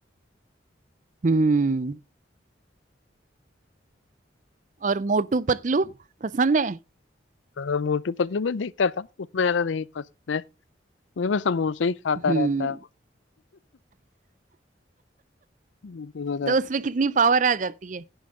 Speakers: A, on the right; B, on the left.
A: हम्म और मोटू पतलू पसंद है
B: हाँ मोटू पतलू में देखता था उतना ज्यादा नहीं पसंद है क्योंकि मैं समोसे ही खाता
A: हम्म
B: रहता हूँ
A: तो
B: <laughs>
A: उसमें कितनी पावर आ जाती है